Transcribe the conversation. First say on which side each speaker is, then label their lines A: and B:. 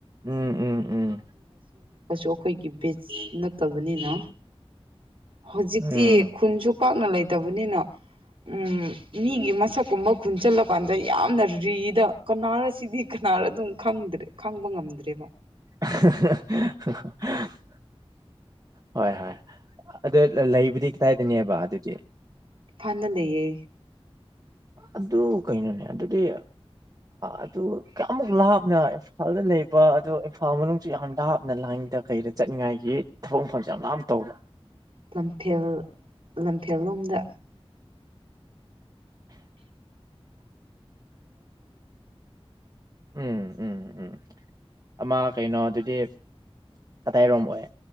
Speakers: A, on the right (about 35°); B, on the right (about 60°).
A: ꯎꯝ ꯎꯝ ꯎꯝ
B: ꯑꯩꯈꯣꯏꯒꯤ ꯕꯦꯠꯁ ꯅꯠꯇꯕꯅꯤꯅ ꯍꯧ ꯖꯤꯛꯇꯤ
A: ꯎꯝ
B: ꯈꯨꯟꯁꯨ ꯄꯥꯛꯅ ꯂꯩꯇꯕꯅꯤꯅ ꯎ ꯃꯤꯒꯤ ꯃꯁꯛꯀꯨꯝꯕ ꯈꯨꯟꯁꯤꯜꯂꯀꯥꯟꯗ ꯌꯥꯝꯅ ꯔꯤꯗ ꯀꯅꯥꯔꯁꯤꯗꯤ ꯀꯅꯥꯔ ꯑꯗꯨꯝ ꯈꯪꯗ꯭ꯔꯦ ꯈꯪꯕ ꯉꯝꯗ꯭ꯔꯦꯕ
A: <unintelligible> ꯍꯣꯏ ꯍꯣꯏ ꯑꯗ ꯂꯩꯕꯨꯗꯤ ꯀꯗꯥꯏꯗꯅꯦꯕ ꯑꯗꯨꯗꯤ
B: ꯏꯝꯐꯥꯜꯗ ꯂꯩꯌꯦ
A: ꯑꯗꯨ ꯀꯩꯅꯣꯅꯦ ꯑꯗꯨꯗꯤ ꯑꯗꯨ ꯀꯌꯥꯃꯨꯛ ꯂꯥꯞꯅ ꯏꯝꯐꯥꯜꯗ ꯂꯩꯕ ꯑꯗꯨꯣ ꯏꯝꯐꯥꯜ ꯃꯅꯨꯡ ꯌꯥꯝ ꯂꯥꯞꯅ ꯂꯥꯏꯟꯗ ꯀꯩꯗ ꯆꯠꯅꯤꯡꯉꯥꯏꯒꯤ ꯊꯕꯛ ꯃꯐꯝꯁꯦ ꯌꯥꯝ ꯂꯥꯞ ꯇꯧꯕ
B: ꯂꯝꯐꯦꯜ ꯂꯝꯐꯦꯜꯂꯣꯝꯗ
A: ꯎꯝ ꯎꯝ ꯎꯝ ꯑꯃ ꯀꯩꯅꯣ ꯑꯗꯨꯗꯤ ꯑꯗꯥꯏꯔꯣꯝ ꯑꯣꯏ